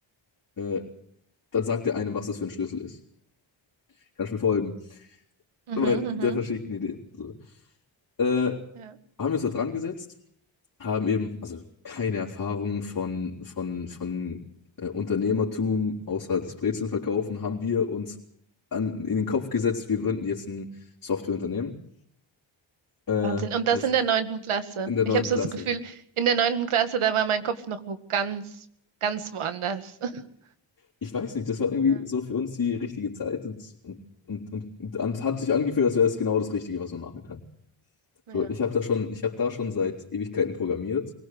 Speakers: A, on the left (about 40°); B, on the right (about 85°).
A: äh, dann sagt er einem, was das für ein Schlüssel ist. Kannst du mir folgen?
B: Mhm,
A: Weil
B: mhm.
A: der verschickt eine Idee. So. Äh, haben
B: Ja.
A: wir uns da dran gesetzt haben eben also keine Erfahrung von, von, von äh, Unternehmertum außer das Brezelnverkaufen, haben wir uns an, in den Kopf gesetzt, wir gründen jetzt ein Softwareunternehmen äh,
B: Wahnsinn. Und
A: als
B: das in der neunten Klasse.
A: in der
B: Ich
A: neunten
B: habe so
A: Klasse.
B: das Gefühl, in der neunten Klasse, da war mein Kopf noch wo ganz, ganz woanders. <laughs>
A: Ich weiß nicht, das war irgendwie
B: Ja.
A: so für uns die richtige Zeit und, und, und, und, und hat sich angefühlt, als wäre es genau das Richtige, was man machen kann.
B: Ja.
A: So, ich habe da schon, ich habe da schon seit Ewigkeiten programmiert.